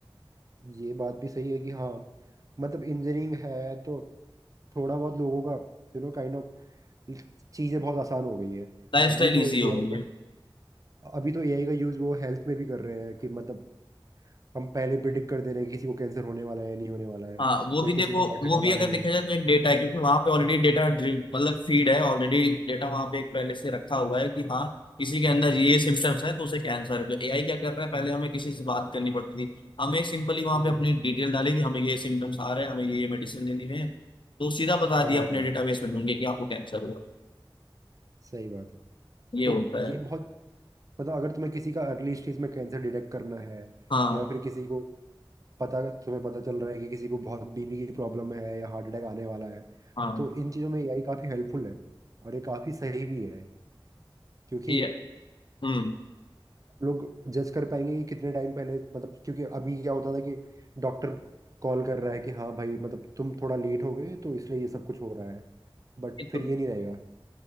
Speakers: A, on the right; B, on the left.
A: ये बात भी सही है कि हाँ मतलब इंजीनियरिंग है तो थोड़ा बहुत लोगों का यू नो काइंड ऑफ चीज़ें बहुत आसान हो गई हैं
B: लाइफ
A: अभी
B: स्टाइल ईजी
A: तो एआई
B: हो गई
A: का
B: है
A: अभी तो एआई का यूज़ वो हेल्थ में भी कर रहे हैं कि मतलब हम पहले प्रिडिक्ट कर दे रहे हैं किसी को कैंसर होने वाला है या नहीं होने वाला है
B: हाँ वो
A: या
B: भी देखो
A: किसी को हार्ट
B: वो
A: अटैक
B: भी अगर
A: आने
B: देखा
A: में
B: जाए तो एक डेटा है क्योंकि वहाँ पे ऑलरेडी डेटा मतलब फीड है ऑलरेडी डेटा वहाँ पे एक पहले से रखा हुआ है कि हाँ किसी के अंदर ये सिम्टम्स है तो उसे कैंसर है तो एआई क्या कर रहा है पहले हमें किसी से बात करनी पड़ती थी हमें सिंपली वहाँ
A: वही
B: पे अपनी डिटेल डाली कि हमें ये सिम्टम्स आ रहे हैं हमें ये मेडिसिन लेनी है तो सीधा बता दिया
A: हाँ
B: अपने
A: हाँ
B: डेटाबेस में ढूंढे कि आपको कैंसर हुआ है
A: सही बात है।
B: ये
A: तो
B: होता
A: ये
B: है
A: बहुत मतलब अगर तुम्हें किसी का अर्ली स्टेज में कैंसर डिटेक्ट करना है
B: हाँ
A: या फिर किसी को पता तुम्हें पता चल रहा है कि किसी को बहुत बीपी की प्रॉब्लम है या हार्ट अटैक आने वाला है
B: हाँ
A: तो इन चीज़ों में एआई काफ़ी हेल्पफुल है और ये काफ़ी सही भी है क्योंकि
B: ये हम्म
A: लोग जज कर पाएंगे कि कितने टाइम पहले मतलब क्योंकि अभी क्या होता था कि डॉक्टर कॉल कर रहा है कि हाँ भाई मतलब तुम थोड़ा लेट हो गए तो इसलिए ये सब कुछ हो रहा है बट
B: ये
A: फिर
B: तो
A: ये नहीं रहेगा